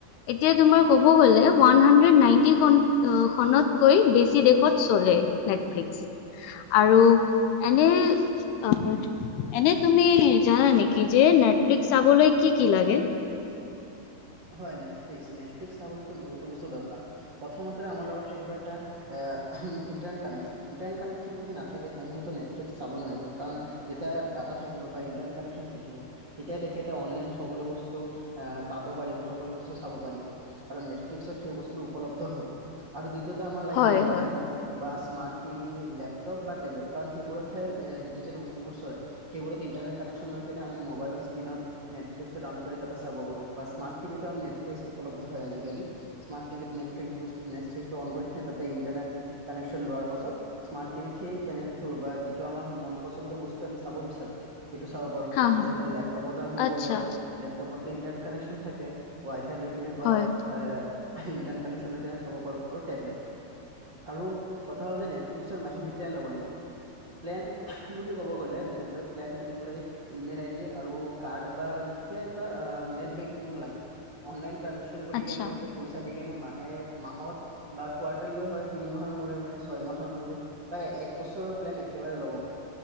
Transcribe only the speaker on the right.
হয়
হয় নেটফ্লিক্স, নেটফ্লিক্স চাবলৈতো বহুতো বস্তু দৰকাৰ প্ৰথমতে আমাৰ লগত থাকিব এটা। এ‌ ইণ্টাৰনেট কানেকশ্যন ইণ্টাৰনেট কানেকশ্যন যদি নাথাকে তেনেহ'লেতো নেটফ্লিক্স চাব নোৱাৰিব কাৰণ যেতিয়া ডাটা থাকিব বা ইণ্টাৰনেট কানেকশ্যন থাকিব। তেতিয়া তেখেতে অনলাইন সকলো বস্তু আ পাব। পাৰিব সকলো বস্তু চাব পাৰিব আৰু নেটফ্লিকছত সেই বস্তুটো উপলব্ধ হব। আৰু দ্বিতীয়তে আমাৰ লাগে
মোবাইল
ফোন। বা স্মাৰ্ট টিভি লেপটপ বা টেবলেট কাৰণ সেইবোৰতহে ডিজিটেল বস্তুবোৰ চলে। সেইবোৰত ইন্টাৰনেট কানেকশন লৈ কেনে আমি মোবাইলৰ স্ক্ৰীনত নেটফ্লিক্স টো ডাউনলোড কৰি তাতে চাব পাৰোঁ। বা স্মাৰ্ট টিভিতো আমি নেটফ্লিক্স উপলব্ধ হয় আজিকালি। স্মাৰ্টটিভিত নেটফ্লিক্স, নেটফ্লিক্সটো অন কৰি কেনে তাতে ইণ্টাৰনেট কানেকশ্যন লোৱাৰ পাছত। স্মাৰ্টটিভিত সেই চেনেলবোৰ বা যিটো আমাৰ মন পচন্দ বস্তু আমি চাব বিচাৰো। সেইটো চাব পাৰো
তাৰ পাছত
এইফালে লেপটপতো আমি ল'ব
পাৰো লেপটপতো ইটাৰনেট কানেকনশ্যন। থাকে, ৱাই-ফাই লৈ কিনে বা
ইণ্টাৰনেট কানেকশ্যন লৈ কেনে চাব পাৰো আৰু টেবলেট। আৰু কথা হ'ল যে নেটফ্লিক্সৰ মাহিলী প্লেন ল'ব লাগিব। প্লেন বুলি ক'ব গ'লে যেনেকৈ প্লেন কিনিবলৈ। ইমেইল আইডি আৰু কাৰ্ড বা ইউ পি আই বা নেট বেং কিং লাগে অনলাইন ট্ৰেনজেচন কৰি
কিনে তাতে পইছা দি কিনে মাহে মাহত বা কোৱাৰ্টাৰলিও হয় তিনি মাহৰ মূৰেমূৰে ছয় মাহৰ মূৰে। বা এক বছৰৰ প্লেন একেবাৰে ল'ব পাৰি।